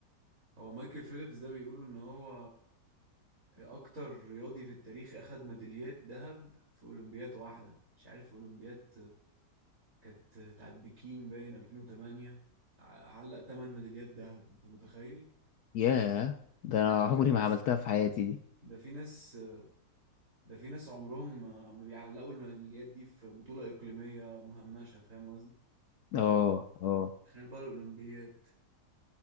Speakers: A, on the right (about 45°); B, on the left (about 65°).
A: هو مايكل فيليبس ده بيقولوا ان هو اكتر رياضي في التاريخ اخد ميداليات ذهب في اولمبياد واحدة مش عارف في اولمبياد كانت بتاعت بكين باين 2008 ع- علق 8 ميداليات ذهب انت متخيل
B: ياه ده أنا عمري
A: ده في ناس
B: ما عملتها في حياتي دي
A: ده في ناس ده في ناس عمرهم ما بيعلقوا الميداليات دي في بطولة إقليمية مهمشة فاهم
B: اه اه
A: تخيل بقى الأولمبياد